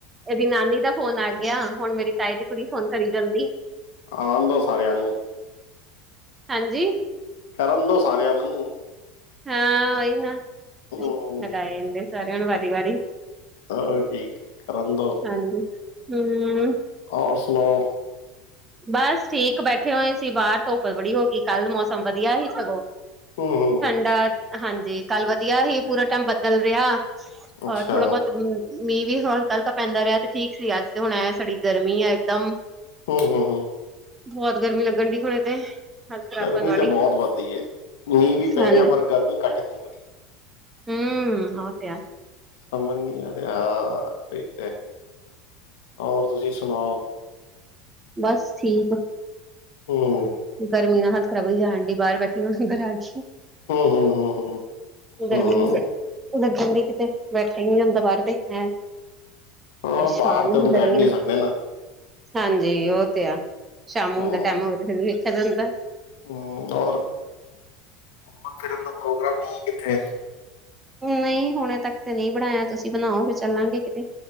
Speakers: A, on the right; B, on the left.
A: ਏਹਦੀ ਨਾਨੀ ਦਾ ਫੋਨ ਆ ਗਿਆ। ਹੁਨ ਮੇਰੀ ਤਾਏ ਦੀ ਕੁੜੀ ਫੋਨ ਕਰੀ ਜੈਂਦੀ।
B: ਆਨ ਦੋ ਸਾਰਿਆਂ ਨੂੰ।
A: ਹਂਜੀ।
B: ਕਰਨ ਦੋ ਸਾਰਿਆਂ ਨੂੰ।
A: ਹਾਂ ਈਨਾ
B: ਹੂੰ
A: ਲਗਾਏ ਜਾਂਦੇ ਸਾਰੇਆਂ ਨੂੰ ਵਾਰੀ ਵਾਰੀ।
B: ਹੋਰ ਠੀਕ ਕਰਨ ਦੋ।
A: ਹਂਜੀ, ਹੂੰ।
B: ਹੋਰ ਸੁਨਾਔ।
A: ਬਸ ਠੀਕ ਬੈਠੇ ਹੋਏਂ ਸੀ ਬਾਰ ਧੁੱਪ ਬੜੀ ਹੋਗੀ ਕੱਲ ਮੌਸਮ ਵਧੀਆ ਈ ਸਗੋਂ।
B: ਹੂੰ ਹੂੰ
A: ਠੰਡਾ ਹਂਜੀ ਕੱਲ ਵਧੀਆ ਈ ਪੂਰਾ ਟਾਈਮ ਬਦਲ ਰਿਆ।
B: ਅੱਛਾ
A: ਆ ਥੋੜਾ ਬਚਗੀ ਹੂੰ। ਮੀਂਹ ਵੀ ਹਲਕਾ ਹਲਕਾ ਪੈਂਦਾ ਰਿਆ। ਤੇ ਠੀਕ ਸੀ ਅੱਜ ਤੇ ਹੁਨ ਐ ਥੋੜੀ ਗਰਮੀ ਐ। ਏਕਦਮ
B: ਔਹੋ, ਔਹੋ।
A: ਬੋਤ ਗਰਮੀ ਲੱਗਨ ਡੀ ਹੁਨੇ ਤੇ। ਹਾਲਤ ਖ਼ਰਾਬ
B: ਗਰਮੀ
A: ਕਰਨ ਵਾਲੀ
B: ਤਾਂ ਬੋਤ ਵੱਧਦੀ ਏ ਮੀਂਹ ਵੀ ਪੈ
A: ਹਾਂਜੀ
B: ਰਿਆ ਪਰ ਗਰਮੀ ਘੱਟ ਨੀ।
A: ਹੂੰ ਆ ਤੇ ਐ।
B: ਸਮਝ ਨੀ ਆ ਰਿਆ <unintelligible> ਓਰ ਤੁਸੀਂ ਸੁਣਾਓ?
A: ਬਸ ਠੀਕ।
B: ਹੂੰ।
A: ਗਰਮੀ ਨਾਲ ਹਾਲਤ ਖ਼ਰਾਬ ਹੋ ਜਾਣਡੀ ਬਾਰ ਬੈਠੀ ਅੰਦਰ ਆਗੀ।
B: ਹੂੰ ਹੂੰ ਹੂੰ ਹੂੰ
A: ਗਰਮੀ
B: ਹੂੰ
A: ਲੱਗਣਡੀ ਕਿਤੇ ਬੈਠਾ ਈ ਨੀ ਜਾਂਦਾ ਬਾਰ ਤੇ <unintelligible>
B: ਹਾਂ
A: ਪਰੇਸ਼ਾਨ
B: ਬਾਹਰ ਤਾਂ
A: ਹੋ
B: ਬੈਠ
A: ਜਨੀ
B: ਨਹੀਂ
A: ਆ।
B: ਸਕਦੇ ਨਾ
A: ਹਾਂਜੀ ਓ ਤੇ ਐ ਸ਼ਾਮ
B: ਹੂੰ
A: <unintelligible> ਦਾ ਟਾਈਮ ਹੋਵੇ ਵੇਖਿਆ ਜਾਂਦੈ।
B: ਹੂੰ ਔਰ ਘੁੰਮਣ ਫਿਰਨ ਦਾ ਪ੍ਰੋਗਰਾਮ ਨੀ ਐ ਕਿੱਥੇ।
A: ਨਈ ਹੁਣੇ ਤੱਕ ਤੇ ਨਈ ਬਣਾਇਆ ਤੁਸੀਂ ਬਣਾਓ ਫਿਰ ਚੱਲਾਂਗੇ ਕਿਤੇ।